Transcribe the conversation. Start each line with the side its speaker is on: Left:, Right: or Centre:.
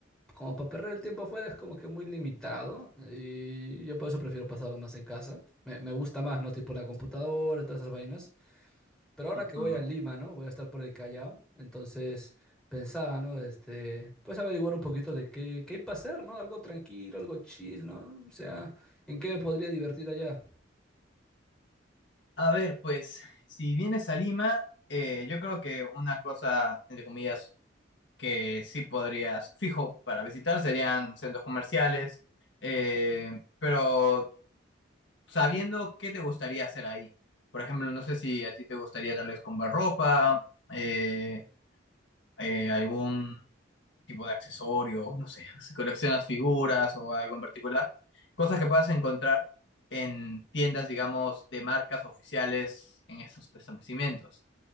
Centre: como para perder el tiempo afuera es como que muy limitado y yo por eso prefiero pasarlo más en casa. Me, me gusta más, ¿no? Tipo la computadora, todas esas vainas. Pero ahora
Left: Ujú.
Centre: que voy a Lima, ¿no? Voy a estar por el Callao, entonces pensaba, ¿no? Este, pues averiguar un poquito de qué, qué hay para hacer, ¿no? Algo tranquilo, algo chill, ¿no? O sea, ¿en qué me podría divertir allá?
Left: A ver, pues, si vienes a Lima, eh, yo creo que una cosa, entre comillas, que sí podrías, fijo, para visitar serían centros comerciales, eh, pero sabiendo qué te gustaría hacer ahí. Por ejemplo, no sé si a ti te gustaría tal vez comprar ropa, eh, eh, algún tipo de accesorios, no sé, si coleccionas figuras o algo en particular, cosas que puedas encontrar en tiendas, digamos, de marcas oficiales en esos establecimientos.